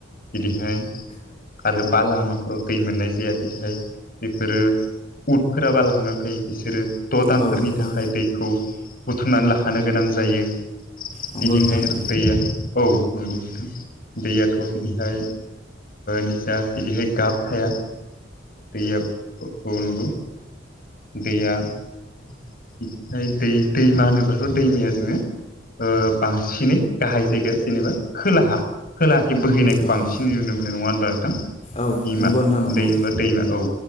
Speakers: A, on the left (about 50°); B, on the left (about 35°).
A: बिदिहाय आरो बा लामाफोराव दै मोननाय जाया बिदिहाय बेफोरो उदफोराबाल हामाखै बिसोरो द' दानफोरनि
B: औ
A: थाखाय
B: औ
A: दैखौ बुथुमनानै लाखानो गोनां जायो
B: नंगौ
A: बिदिह
B: नोंथां
A: र दैया औ नंगौ नोंथां दैयाथ' बिदिहाय निजा बिदिहाय गाब थाया दैया बबावनंगौ दैया बिफ्राय दै दैमा होनोबाथ' दैमाया जोङो बांसिनै गाहाय जायगाया जेनेबा खोलाहा खोला बे बोहैनायखौ
B: औ
A: बांसिन नुनो मोनो नङा होनबा नोंथां
B: औ
A: दैमा
B: नंगौ नोंथां नंगौ
A: दै होनबा दैमा औ।